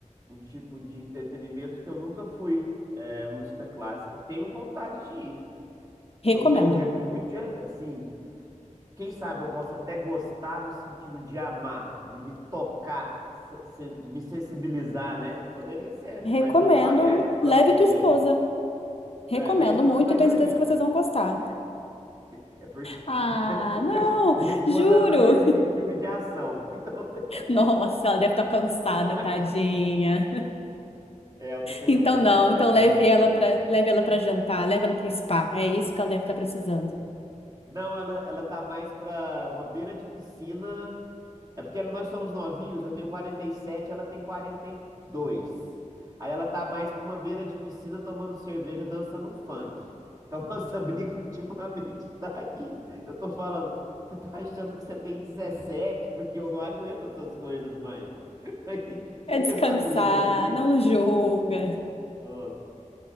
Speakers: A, on the right; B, on the left.
A: um tipo de entretenimento que eu nunca fui, é, música clássica. Tenho vontade de ir.
B: Recomendo.
A: Não tenho repúdia, assim, quem sabe eu posso até gostar no sentido de amar, de me tocar, se- se- de me sensibilizar, né? Poderia ser,
B: Recomendo.
A: mas eu tô aberto para
B: Leve
A: um dia
B: tua esposa.
A: aí.
B: Recomendo
A: É, minha esposa
B: muito,
A: vai
B: tenho
A: dormir.
B: certeza que vocês vão gostar.
A: É porque
B: Ah,
A: <laughs>
B: não,
A: minha esposa
B: juro.
A: anda dormindo em filme de ação. <laughs> Então você
B: <laughs> Nossa, ela deve estar cansada,
A: não imagina.
B: tadinha.
A: É, eu tô pegando
B: Então
A: muito
B: não,
A: no pé
B: então
A: dela
B: leve
A: ultimamente.
B: ela para, leve ela para jantar, leve ela para o spa. É isso que ela deve estar precisando.
A: Não, ela, ela tá mais pra uma beira de piscina. É porque ela- nós somos novinhos, eu tenho 47, ela tem 42. Aí ela tá mais pra uma beira de piscina tomando cerveja, dançando um funk. Então <laughs> nossa briga ultimamente tá aqui. Eu tô falando, você tá achando que você tem 17? Porque eu não aguento essas coisas mais. <laughs> Aí fica
B: É descansar,
A: essa briga aqui.
B: não julga.
A: Nossa.